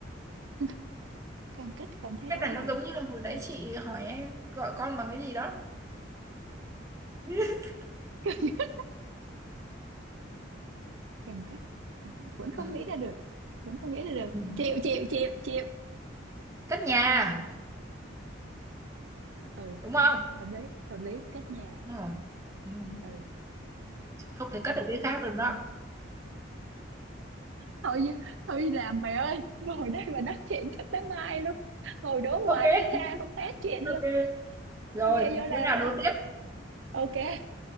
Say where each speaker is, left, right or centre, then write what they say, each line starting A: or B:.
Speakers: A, on the right; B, on the right.
A: <laughs> càng cất càng thấy
B: cái
A: rõ
B: này nó
A: ràng
B: giống như là hồi nãy chị hỏi em gọi con bằng cái gì đó <laughs>
A: <laughs> càng cấp vẫn không
B: ừ.
A: nghĩ ra được vẫn không nghĩ ra được
B: Ừ.
A: chịu chịu chịu chịu
B: cất nhà
A: ừ
B: đúng không
A: hợp lý hợp lý cách nhà
B: đúng rồi. Ừ.
A: ừ
B: không thể cất được cái khác được đó
A: thôi chứ thôi đi làm mày ơi ngồi đây mà nói chuyện chắc tới mai luôn ngồi đố
B: ok
A: hoài không ra không hết chuyện
B: ok
A: luôn
B: rồi
A: ok vô làm
B: bữa nào
A: ha
B: đố tiếp
A: ok